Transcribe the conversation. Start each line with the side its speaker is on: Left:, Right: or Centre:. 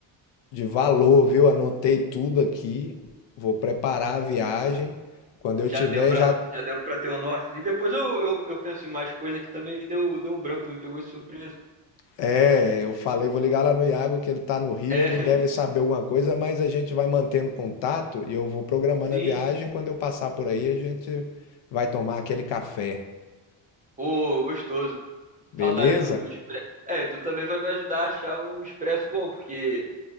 Left: de valor, viu? Anotei tudo aqui. Vou preparar a viagem. Quando eu
Right: já
Left: tiver
Right: deu pra,
Left: já,
Right: já deu pra ter o norte. E depois eu, eu, eu penso em mais coisa que também deu, deu um branco, tu me pegou de surpresa.
Left: é, eu falei, vou ligar lá no Iago que ele tá no Rio,
Right: É,
Left: ele deve
Right: <laughs>
Left: saber alguma coisa, mas a gente vai mantendo contato e eu vou programando
Right: sim.
Left: a viagem. Quando eu passar por aí, a gente vai tomar aquele café.
Right: Pô, gostoso.
Left: Beleza?
Right: Saudade do, do expresso. É, tu também vai me ajudar a achar um expresso bom, porque